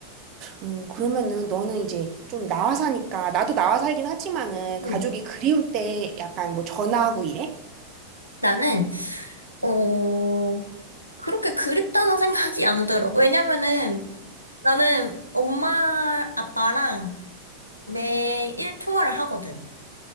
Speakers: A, on the right; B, on the left.
A: 음, 그러면은 너는 이제 좀 나와 사니까, 나도 나와 살긴 하지만은
B: 음.
A: 가족이 그리울 때 약간 뭐 전화하고 이래?
B: 나는, 어, 그렇게 그립다는 생각이 안 들어. 왜냐면은 나는 엄마, 아빠랑 매일 통화를 하거든.